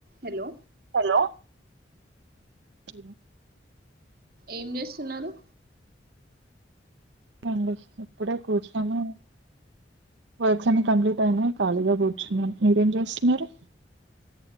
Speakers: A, on the right; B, on the right.
A: Hello
B: hello అ
A: ఏం చేస్తున్నారు
B: ండి ఇప్పుడే కూర్చున్నాను వర్క్స్ అన్ని కంప్లీట్ అయినయ్ ఖాళీగా కూర్చునన్నాం మీరేం చేస్తున్నారు.